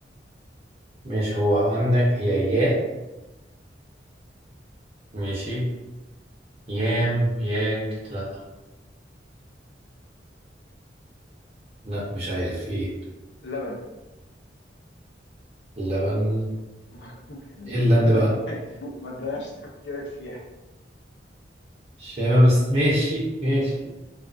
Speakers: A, on the right; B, on the left.
A: ماشي هو عندك هي ياء ماشي يام ياج لا لا مش عارف ايه
B: لبن
A: لبن
B: <laughs>
A: ايه اللن
B: ما
A: بقى
B: تضيع- ما تضيعش تفكيرك فيها
A: شامة بس <laughs> ماشي ماشي